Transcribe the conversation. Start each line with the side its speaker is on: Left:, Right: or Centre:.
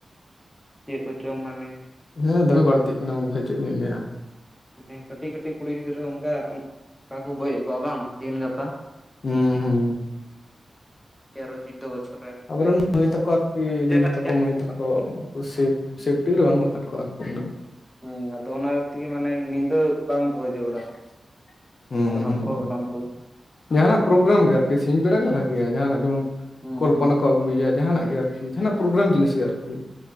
Centre: ᱪᱮᱫ ᱠᱚᱪᱚᱝ ᱢᱟᱱᱮ
Left: ᱦᱮᱸ ᱫᱚᱢᱮ ᱵᱟᱹᱲᱛᱤᱜ ᱠᱟᱱᱟ ᱜᱚᱢᱠᱮ ᱪᱮᱫ ᱞᱤᱧ ᱞᱟᱹᱭᱟ᱾
Centre: ᱢᱟᱱᱮ ᱠᱟᱹᱴᱤᱡ ᱠᱟᱹᱴᱤᱡ ᱠᱩᱲᱤ ᱜᱤᱫᱽᱨᱟᱹ ᱚᱱᱠᱟ ᱚᱱᱠᱟ ᱠᱚ ᱜᱚᱡ ᱮᱫ ᱠᱚᱣᱟ ᱵᱟᱝ ᱛᱤᱦᱤᱱ ᱜᱟᱯᱟ?
Left: ᱦᱩᱸ ᱦᱩᱸ
Centre: ᱛᱮᱨᱚ ᱪᱩᱭᱫᱳ ᱵᱚᱪᱷᱚᱨ ᱨᱮᱱ᱾ ᱚᱱᱠᱟ
Left: ᱟᱵᱚ ᱨᱮᱱ ᱢᱟᱹᱭ ᱛᱟᱠᱚ ᱟᱨᱠᱤ
Centre: ᱡᱮᱴᱟ
Left: ᱫᱤᱫᱤ
Centre: ᱛᱮᱜᱮ
Left: ᱛᱟᱠᱚ
Centre: ᱟᱸᱡᱚᱢᱚᱜ
Left: ᱢᱟᱹᱭ ᱛᱟᱠᱚ
Centre: ᱠᱟᱱ ᱛᱟᱦᱮᱸᱱᱟ
Left: ᱥᱮᱯ ᱥᱮᱯᱴᱤ ᱨᱮ ᱵᱟᱹᱱᱩᱜ ᱟᱠᱟᱫ ᱠᱚᱣᱟ ᱟᱨᱠᱤ ᱩᱱᱟᱹᱜ᱾
Centre: ᱦᱮᱸ ᱟᱫᱚ ᱚᱱᱟ ᱛᱤᱜᱤ ᱢᱟᱱᱮ ᱱᱤᱱᱫᱟᱹ ᱵᱟᱝ ᱫᱚᱦᱚ ᱡᱟᱹᱨᱩᱲᱟ᱾
Left: <unintelligible>
Centre: ᱡᱟᱦᱟᱱᱟᱜ
Left: ᱦᱩᱸ
Centre: ᱯᱨᱳᱜᱨᱟᱢ ᱠᱚ
Left: ᱡᱟᱦᱟᱱᱟᱜ ᱯᱨᱳᱜᱨᱟᱢ ᱜᱮ ᱟᱨᱠᱤ ᱥᱤᱧ ᱵᱮᱲᱟ ᱜᱮ ᱵᱷᱟᱜᱭᱟ ᱡᱟᱦᱟᱱᱟᱜ ᱡᱮᱢᱚᱱ
Centre: ᱦᱩᱸ
Left: ᱠᱚᱞᱯᱚᱱᱟ
Centre: ᱦᱩᱸ
Left: ᱠᱚ ᱟᱹᱜᱩᱭᱮᱭᱟ ᱡᱟᱦᱟᱱᱟᱜ ᱜᱮ ᱟᱨᱠᱤ ᱡᱟᱦᱟᱱᱟᱜ ᱯᱨᱳᱜᱨᱟᱢ ᱡᱤᱱᱤᱥ ᱜᱮ ᱟᱨᱠᱤ